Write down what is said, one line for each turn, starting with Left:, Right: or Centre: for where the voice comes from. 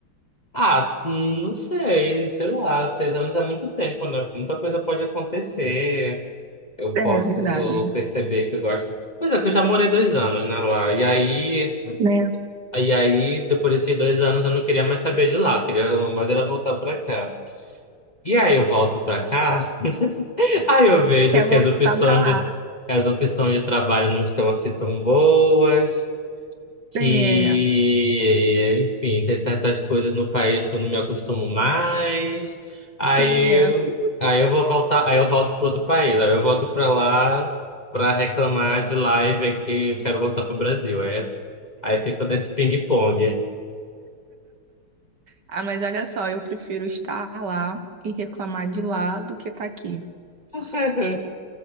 Left: Ah, hum, não sei, sei lá, seis anos é muito tempo, né? Muita coisa pode acontecer. Eu
Right: É
Left: posso
Right: verdade,
Left: perceber que eu gosto. Pois é, que eu já morei dois anos, né, lá. E aí, esse-
Right: né?
Left: e aí, depois desses dois anos, eu não queria mais saber de lá, eu queria mais era voltar pra cá. E aí eu volto pra cá. Aí eu vejo
Right: Quer
Left: que
Right: voltar
Left: as opções
Right: pra lá.
Left: de, as opções de trabalho não estão assim tão boas, que,
Right: É,
Left: enfim, tem certas coisas no país que eu não me acostumo mais. Aí
Right: é.
Left: eu, aí eu vou voltar, aí eu volto para outro país, aí eu volto para lá para reclamar de lá e ver que eu quero voltar para o Brasil. Aí, aí fico nesse ping-pong.
Right: Ah, mas olha só, eu prefiro estar lá e reclamar de lá do que estar aqui.
Left: <laughs>